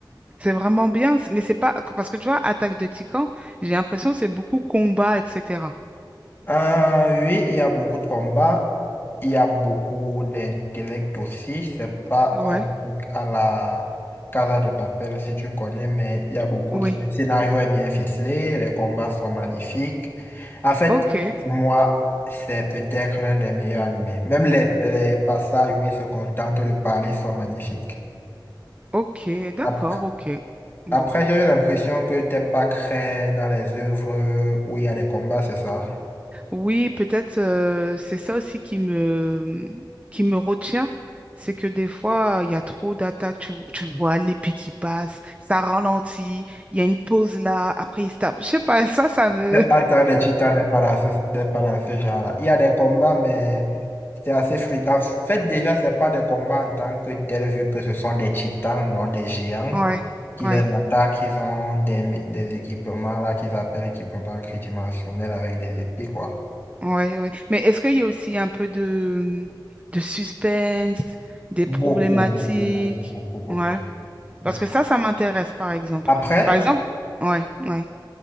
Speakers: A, on the right; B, on the left.
A: C'est vraiment bien, c- mais c'est pas parce que tu vois, Attaque de Titans, j'ai l'impression que c'est beaucoup combat, etc.
B: Euh, oui, il y a beaucoup de combats, il y a beaucoup d'intellect aussi. C'est pas
A: Ouais,
B: un truc à la Casa de Papel si tu connais, mais il y a beaucoup
A: oui.
B: de... Le scénario est bien ficelé, les combats sont magnifiques. En fait,
A: Ok,
B: pour moi, c'est peut-être l'un des meilleurs animés. Même les, les passages où ils se contentent de parler sont magnifiques.
A: ok, d'accord,
B: Après,
A: ok. Bon.
B: après, j'ai eu l'impression que t'es pas très dans les œuvres où il y a des combats, c'est ça?
A: Oui, peut-être euh, c'est ça aussi qui me, qui me retient, c'est que des fois, il y a trop d'attaques, tu, vo- tu vois l'épée qui passe, ça ralentit, il y a une pause là, après il se tape. Je sais pas, <laughs> ça, ça me...
B: Le- Attaque des titans n'est pas là, ce- n'est pas là, ce genre-là. Il y a des combats, mais c'est assez fluide. En fait, déjà, c'est pas des combats en tant que tels, vu que ce sont des titans, donc des géants,
A: Ouais,
B: qui
A: ouais,
B: les attaquent. Ils ont des, mé- des équipements là qu'ils appellent équipements tridimensionnels avec des épées, quoi.
A: ouais, ouais. Mais est-ce qu'il y a aussi un peu de, de suspense, des
B: Beaucoup,
A: problématiques?
B: beaucoup, beaucoup, beaucoup, beaucoup,
A: Ouais.
B: beaucoup.
A: Parce que ça, ça m'intéresse, par exemple.
B: Après,
A: Par exemple, ouais, ouais.